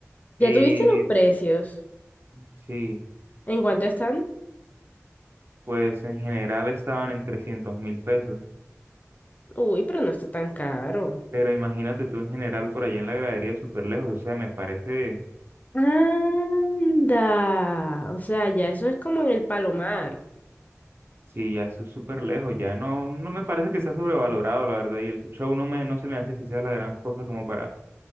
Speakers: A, on the right; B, on the left.
A: y
B: ¿Ya tuviste los precios?
A: sí.
B: ¿En cuánto están?
A: pues en general estaban en trescientos mil pesos.
B: Uy, pero no está tan caro.
A: Pero imagínate tú en general por allá en la gradería súper lejos. O sea, me parece,
B: Anda. O sea, ya eso es como en el Palomar.
A: sí, ya es súper lejos. Ya no, no me parece que sea sobrevalorado, la verdad. Y el cucho a uno me, no se me hace que sea la gran cosa como para